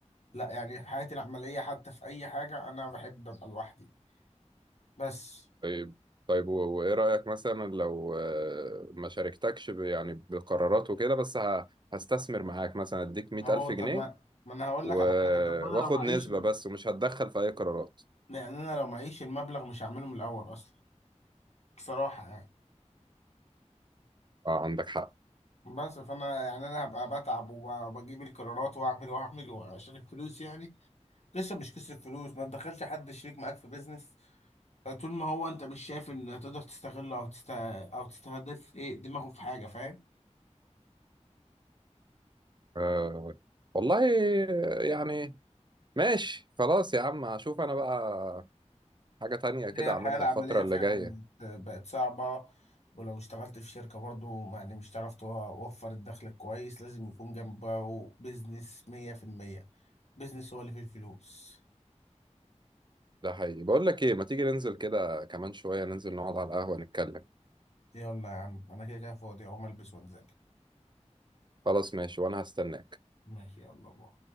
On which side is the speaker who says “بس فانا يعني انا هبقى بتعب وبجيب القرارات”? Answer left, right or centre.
Left